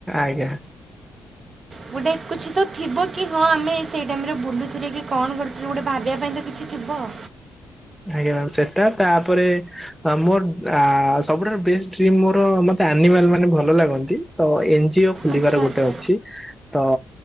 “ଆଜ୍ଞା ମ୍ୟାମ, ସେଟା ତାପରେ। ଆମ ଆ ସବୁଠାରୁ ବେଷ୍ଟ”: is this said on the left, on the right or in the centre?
Centre